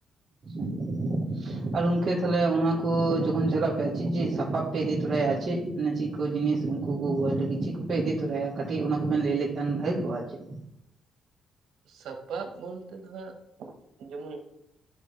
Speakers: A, on the right (about 45°); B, on the right (about 80°).
A: ᱟᱪᱪᱷᱟ ᱟᱨ ᱜᱚᱢᱠᱮ ᱛᱟᱦᱞᱮ, ᱚᱱᱟ ᱠᱚ, ᱡᱚᱠᱷᱚᱱ, ᱡᱷᱚᱞᱟᱜ ᱯᱮᱭᱟ, ᱪᱤᱜ ᱪᱤᱜ ᱥᱟᱯᱟᱵ ᱯᱮ, ᱤᱫᱤ ᱛᱚᱨᱟᱭᱟ, ᱟᱨ ᱢᱟᱱᱮ, ᱪᱤᱜ, ᱪᱤᱜ ᱠᱩ ᱡᱤᱱᱤᱥ, ᱩᱱᱠᱩ ᱠᱚ, ᱜᱚᱡ ᱞᱟᱹᱜᱤᱫ, ᱪᱤᱫ ᱠᱚᱯᱮ ᱤᱫᱤ ᱛᱚᱨᱟᱭᱟ, ᱠᱟᱹᱴᱤᱡ ᱚᱱᱟ ᱠᱚᱵᱮᱱ ᱞᱟᱹᱭ, ᱞᱮᱠᱷᱟᱱ ᱵᱷᱟᱹᱜᱤ, ᱠᱚᱜ-ᱟ, ᱪᱤᱫ?
B: ᱥᱟᱯᱟᱵ ᱵᱚᱞᱛᱮ ᱫᱚ ᱦᱟᱸᱜ, ᱡᱮᱢᱚᱱ